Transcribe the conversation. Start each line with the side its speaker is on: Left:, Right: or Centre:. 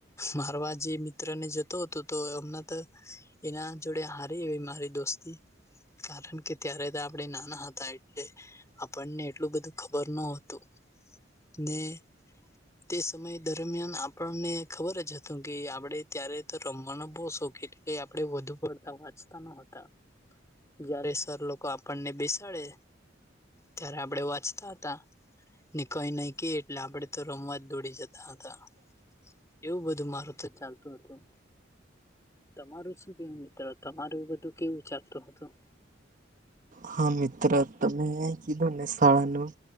Left: મારવા જે મિત્ર ને જતો હતો તો હમણાં તો એના જોડે હારી એ મારી દોસ્તી કારણ કે ત્યારે તો આપણે નાના હતા એટલે આપણને એટલું બધું ખબર નતું ને- તે સમય દરમિયાન આપણને ખબર જ હતું કે આપણેે ત્યારે તો રમવાનો બો શોખીન એ આપણેે વધુ પડતા વાંચતા ન હતા જયારે સર લોકો આપણને બેસાડે ત્યારે આપણે વાંચતા હતા. ને કઈ નહી કે એટલે આપડે તો રમવા જ દોડી જતા હતા. એવું બધું મારું તો ચાલતું હતું. તમારું શું કેવું મિત્ર તમારું બધું કેવું ચાલતું હતું?
Right: હા મિત્ર તમે કીધું ને શાળાનું